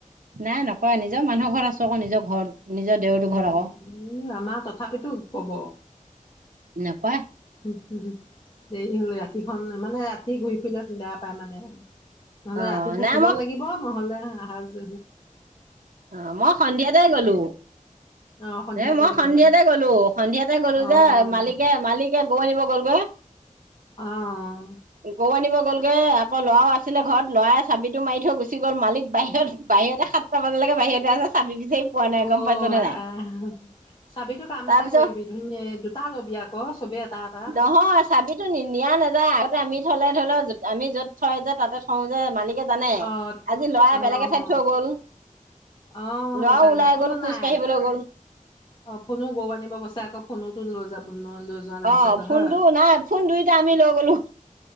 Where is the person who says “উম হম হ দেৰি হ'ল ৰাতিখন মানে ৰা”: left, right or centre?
Left